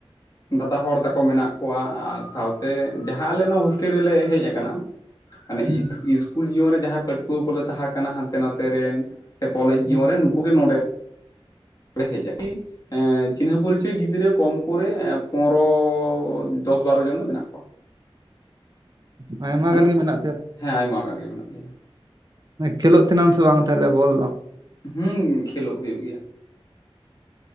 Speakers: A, on the left; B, on the right.
A: ᱫᱟᱫᱟ ᱦᱚᱲ ᱛᱟᱠᱚ ᱢᱮᱱᱟᱜ ᱠᱚᱣᱟ, ᱟᱨ ᱥᱟᱶᱛᱮ ᱡᱟᱦᱟᱸ ᱟᱞᱮ ᱱᱚᱣᱟ ᱦᱳᱥᱴᱮᱞ ᱨᱮᱞᱮ ᱦᱮᱡ ᱟᱠᱟᱱᱟ᱾ ᱢᱟᱱᱮ
B: ᱦᱩᱸ
A: ᱤᱥᱠᱩᱞ ᱡᱤᱭᱚᱱ ᱨᱮ ᱡᱟᱦᱟᱸᱭ ᱯᱟᱹᱴᱷᱩᱣᱟᱹ ᱠᱚ ᱛᱟᱦᱮᱸ ᱠᱟᱱᱟ ᱦᱟᱱᱛᱮ ᱱᱟᱛᱮ ᱨᱮᱱ ᱾ ᱥᱮ ᱠᱚᱞᱮᱡᱽ
B: ᱦᱩᱸ
A: ᱡᱤᱭᱚᱱ ᱨᱮ ᱱᱩᱠᱩ ᱜᱮ ᱱᱚᱰᱮ, ᱦᱮᱡ ᱟᱠᱟᱱᱟ, ᱠᱤ ᱪᱤᱱᱦᱟᱹ ᱯᱚᱨᱤᱪᱚᱭ ᱜᱤᱫᱽᱨᱟᱹ ᱠᱚᱢ ᱠᱚᱨᱮ, ᱯᱚᱱᱨᱚ ᱫᱚᱥ ᱵᱟᱨᱚ ᱡᱚᱱ ᱫᱚ ᱢᱮᱱᱟᱜ ᱠᱚᱣᱟ ᱾
B: ᱚ ᱟᱭᱢᱟ
A: ᱢᱟᱱᱮ
B: ᱜᱟᱱ ᱜᱮ ᱢᱮᱱᱟᱜ ᱯᱮᱭᱟ
A: ᱦᱮᱸ ᱟᱭᱢᱟ ᱜᱟᱱ ᱜᱮ ᱢᱮᱱᱟᱜ ᱞᱮᱭᱟ ᱾
B: ᱠᱷᱮᱞᱳᱜ ᱛᱟᱦᱮᱱᱟᱢ ᱥᱮ ᱵᱟᱝ ᱛᱟᱦᱚᱞᱮ ᱵᱚᱞ ᱫᱚ?
A: ᱦᱮᱸ ᱠᱷᱮᱞᱳᱜ ᱦᱩᱭᱩᱜ ᱜᱮᱭᱟ ᱾